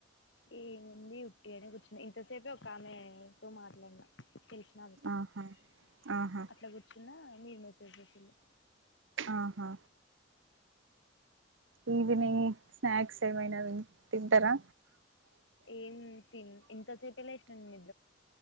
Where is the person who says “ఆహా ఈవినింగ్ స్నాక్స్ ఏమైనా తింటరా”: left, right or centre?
Right